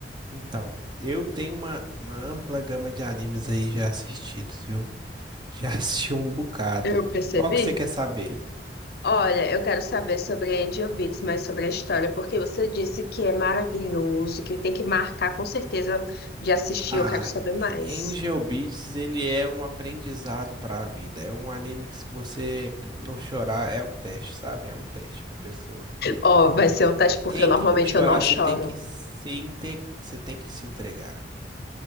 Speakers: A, on the right; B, on the left.
A: Então, eu tenho uma, uma ampla gama de animes aí já assistidos, viu? Já <laughs> assisti um bocado.
B: Eu percebi?
A: Qual que você quer saber?
B: Olha, eu quero saber sobre Angel Beats, mas sobre a história, porque você disse que é maravilhoso, que tem que marcar com certeza de assistir,
A: Ah,
B: eu quero saber mais.
A: Angel Beats, ele é um aprendizado pra vida. É um anime que se você não chorar, é um teste, sabe? É um teste pra pessoa.
B: Ó, vai ser um teste porque
A: Tem
B: eu, normalmente
A: que chorar,
B: eu não choro.
A: você tem que se inte... você tem que se entregar.